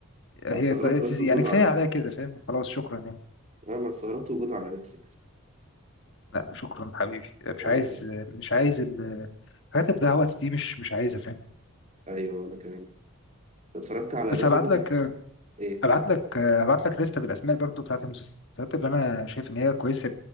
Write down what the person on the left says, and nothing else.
هي
بقت
يعني
كفايه
عليا كده فاهم خلاص شكرا يعني
لا شكرا حبيبي مش
عايز
مش عايز ال- الحاجات اللي بتضيع وقت دي مش مش عايزها فاهم
بس
هبعت لك
هبعت لك هبعت لك لسته بالاسماء برضو بتاعت المسلسلات اللي انا شايف ان هي كويسه